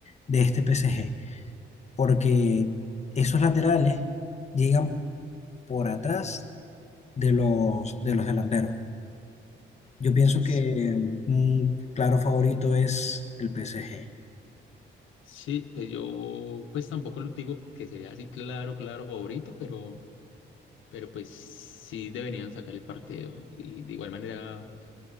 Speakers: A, on the left; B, on the left.
A: de este PSG, porque esos laterales llegan por atrás de los, de los delanteros. Yo pienso
B: sí,
A: que un claro favorito es el PSG.
B: sí, pues yo pues tampoco los digo que sería así claro, claro favorito, pero, pero pues sí deberían sacar el partido. Y de igual manera,